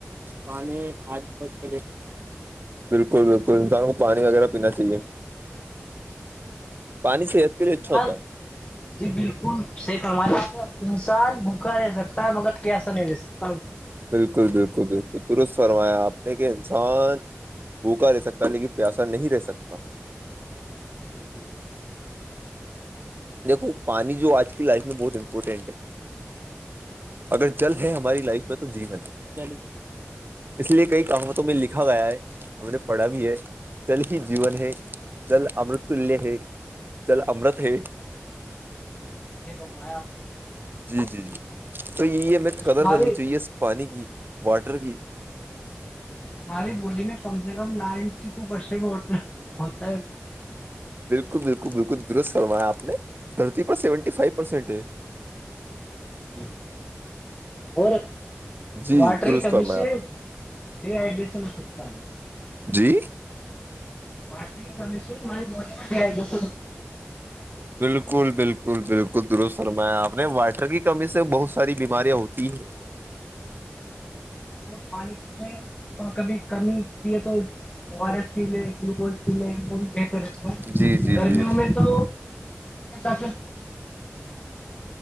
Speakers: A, on the right; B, on the left.
A: پانی کھال ب پ بالکل بالکل انسان کو پانی وغیرہ پینا چاہیے
B: <inaudible>
A: پانی صحت کے لیے اچھا
B: سر
A: ہوتا ہے
B: جی بالکل صحیح فرما س انسان بھوکا رہ سکتا ہے مگر پیسا نہیں رہ سکتا
A: بالکل بالکل بالکل ترست فرمایا آپ نے کہ انسان بھوکا رہ سکتا لیکن پیاسا نہیں رہ سکتا
B: بالکل
A: دیکھو پانی جو آج کی لائف میں بہت امپورٹینٹ ہے اگر چل ہے ہماری لائف میں تو جیون ہے اس لیے کئی کہاوتوں میں لکھا گیا ہے ہم نے پڑھا بھی ہے جل ہی جین ہے جل امرتلیہ ہے چل امرت ہے
B: ب میںایا <unintelligible>
A: جی جی جی تو یہ ہمیں
B: ہماری
A: قدر کرنی چاہیے اس پانی کی واٹر کی
B: ہماری بولی میں کم سے کم نائن بسے میں ہونا ہوتا ہے
A: بالکل بالکل بالکل درست سروایا آپ نے دھرتی پر سیونٹی فائیو پرسینٹ ہے
B: <unintelligible>
A: جی
B: واٹر
A: درست
B: کی کمی
A: فرمایا
B: سے
A: آپ
B: ڈیہائڈریشن ہو سکتا ہے
A: جی
B: پاٹ کرشاری باڈی فری آ جس
A: بالکل بالکل بالکل درست سرما آپ نے وائٹر کی کمی سے بہت ساری بیماریاں ہوتی ہیں
B: ج پانی پیے اور کبھی کمی پیے تو ار ایس پی لے گلوکوز پی لے وہ بتر ہے
A: جی جی
B: گرمیوں
A: جی
B: میں تو سے